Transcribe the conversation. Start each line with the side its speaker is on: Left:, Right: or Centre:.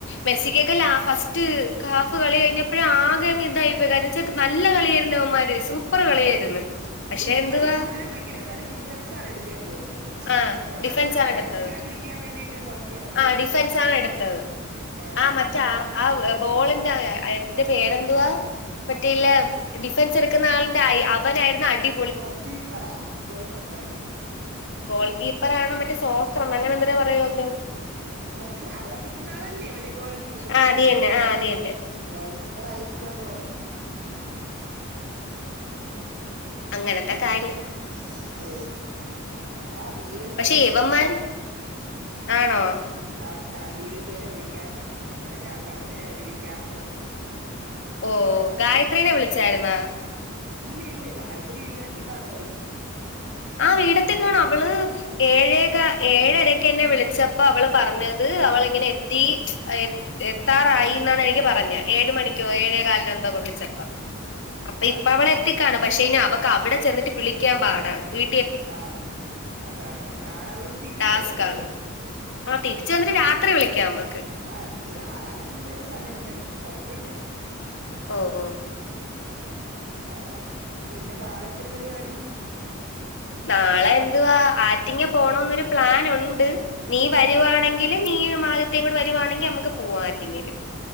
Left: മെസ്സിക്കൊക്കെല്ലാ ഫസ്റ്റ് കാഫ് കളി കഴിഞ്ഞപ്പഴ് ആകെങ്ങ് ഇതായിപ്പോയി ചക്ക് നല്ല കളിയായിരുന്നവന്മാര് സൂപ്പർ കളിയായിരുന്നു പക്ഷെ
Right: ഓ ഇവമാര്
Left: എന്തുവാ
Right: കൂടുതലും ഭയങ്കര നല്ല ഡിഫൻസ് ആണ് എടുത്തേന്ന് തോന്നുന്നു
Left: ആ
Right: സ
Left: ഡിഫൻസ്
Right: മറ്റവന്മാര്
Left: ആണ് എടുത്തത്
Right: അടിക്കാതിരിക്കാൻ വേണ്ടിട്ട് നോക്കിയണം തോന്നുന്നു
Left: ആ ഡിഫൻസ് ആണ് എടുത്തത്
Right: ആഹ്
Left: ആ
Right: ആഹ്
Left: മറ്റേ ആ ആ ബോളിന്റെ എന്ത് പേരെന്തുവാ മറ്റെയ്ല് ഡിഫൻസ് എടുക്കുന്ന ആളന്റെ ആ അവനായിരുന്ന അടി
Right: ഗോ കീപ്പറ ഗോൾ കിപ്പറ
Left: ഗോൾകീപ്പറാണോ മറ്റേ സോഫ്ർ അങ്ങനെന്തരോ പറയൂല്ലോ
Right: മറ്റേ അവിടെ നിക്കുന്ന ആളല്ലേ മറ്റേ ഗോൾടിക്കുന്ന സ്ഥലത്ത്
Left: ആ അത് തന്നെ ആ അത് തന്നെ
Right: ഗോൾ കി പറായിരിക്കുംന്ന് തോന്ന്ന്നു
Left: അങ്ങനത്തെ
Right: ആഹ്
Left: കാര്യം
Right: ഓ ആഹ ദീരെ
Left: പക്ഷെ ഇവന്മാര് ആണോ?
Right: ആ ആ ധീരസേന വിളിക്കാൻ പറഞ്ഞ അങ്ങനെ ഞാൻ പറഞ്ഞ വിളിക്കാംന്ന് പറഞ്ഞ്
Left: ഓ ഗായത്രീനെ
Right: ആഹ്
Left: വിളിച്ചായിരുന്നാ?
Right: ഇല്ല ഇല്ല ഗായത്രി വീടത്തിക്കാണോടി
Left: ആ വീടെത്തി കാണോ അവള് ഏഴേക്കെ ഏഴരക്ക എന്നെ വിളിച്ചപ്പോ അവള് പറഞ്ഞത് അവളിങ്ങനെ എത്തി എ എത്താറായി എന്നാണ് എനിക്ക് പറഞ്ഞത് ഏഴ് മണിക്കോ ഏഴേ കാലി എന്തോ വിളിച്ചപ്പം അപ്പൊ
Right: ആണോ
Left: ഇപ്പ അവള എത്തിക്കാണ് പക്ഷേ ഇനി അവക്ക് അവിടെ ചെന്നിട്ട് വിളിക്കാൻ പാടാണ് വീ
Right: ആ അതാണ്. നാളെ അവൾ തിരിച്ചു
Left: ടാസ്ക്
Right: വരോല്ലോ.
Left: ആണ് ആ തിരിച്ച് അവർ രാത്രി വിളിക്കാം നമ്മക്ക്.
Right: ആഹ. ഈ ആറാംന്തി വരെ സമയണ്ടല്ലോ അപ്പൊ കൊഴപ്പല്ല.
Left: ഓ ഓ.
Right: ആ പിന്നെ നാളെ എന്തൊരു പരിപാടി?
Left: നാളെ എന്തുവാ ആറ്റിങ്ങ പോണന്നൊരു പ്ലൻ ഉണ്ട്. നീ വരുവാണെങ്കിൽ നീ ആദ്യത്തേ കൂടെ വരുവാണെങ്കിൽ നമ്മുക്ക് പോവാ ആറ്റിങ്ങല്.